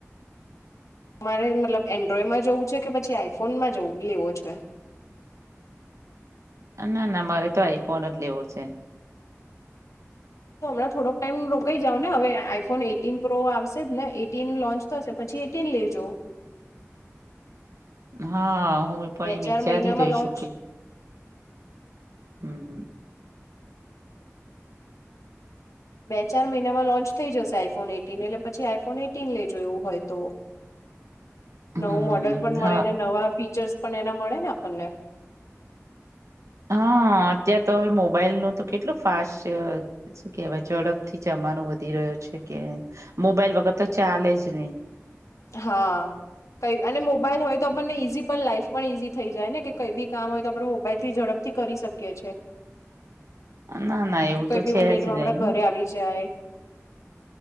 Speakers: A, on the left; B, on the right.
A: મારે મતલબ એન્ડ્રોઈડમાં જવું છે કે પછી આઈફોનમાં જવું લેવો છે
B: ના ના મારે તો આઈફોન જ લેવો છે
A: તો હમણા થોડોક ટાઈમ રોકાઈ જાવ ને હવે આઈફોન એટીન પ્રો આવશે જ ને એટીન લોન્ચ શે પછી એટીને લેજો
B: હા હું એ પણ
A: બે
B: એ
A: ચાર
B: વિચારી
A: મહિનામાં
B: રહ્યો
A: લોન્ચ
B: છું કે હમ
A: બે ચાર મહિનામાં લોન્ચ થઈ જશે આઈફોન એટીન એટલે પછી આઈફોન એટીન લઈ જોયું હોય તો
B: હમ
A: નવું મોડલ પણ મળે
B: હા
A: ને નવા ફીચર્સ પણ એના મળે ને આપણને
B: હા અત્યારે તો હવે મોબાઈલ ન તો કેટલું ફાસ્ટ છે શું કેહેવાય ઝડપથી જમાનો વધી રહ્યો છે કે મોબાઈલ વગર તો ચાલે જ નહી
A: હા કઈ અને મોબાઈલ હોય તો આપણને ઈઝી પણ લાઈફ પણ ઈઝી થઈ જાય ને કે કઈ બી કામ હોય તો આપણે મોબાઈલથી ઝડપ થી કરી શકીએ છે
B: ના ના એવું
A: કે કોઈ
B: તો
A: બી
B: છે
A: મિનિટમાં
B: જ
A: આપડા
B: નહી
A: ઘરે આવી જાય